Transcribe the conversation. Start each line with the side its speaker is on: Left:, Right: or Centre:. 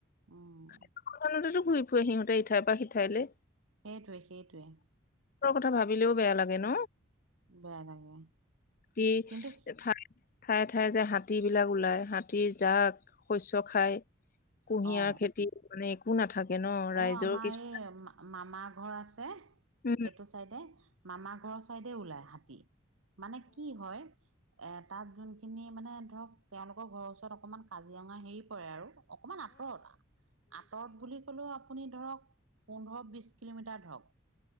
Right: উম
Left: সেই খনোটো ঘূৰি ফুৰে সিহঁতে ইঠাই বা সিঠাইলে।
Right: সেইটোৱে সেইটোৱে
Left: কথা ভাবিলেও বেয়া লাগে ন।
Right: বেয়া লাগে
Left: কি
Right: কিন্তু।
Left: ঠাই ঠায়ে ঠায়ে যে হাতী বিলাক ওলাই হাতীৰ জাক শস্য খাই কুঁহিয়াৰ
Right: অ
Left: সেইটো মানে একো নাথাকে।
Right: অ' আমাৰ
Left: কিছু
Right: এই মামাৰ ঘৰ আছে
Left: উম
Right: সেইটো চাইডে। মামা ঘৰৰ চাইডে ওলাই হাতী মানে কি হয়। এ তাত যোনখিনি মানে ধৰক তেওঁলোকৰ ঘৰৰ ওচৰত অকমান কাজিৰঙা হেৰি পৰে আৰু। অকমান আঁতৰত আঁতৰত বুলি। ক'লেও আপুনি ধৰক পোন্ধৰ বিশ কিলোমিটাৰ ধৰক।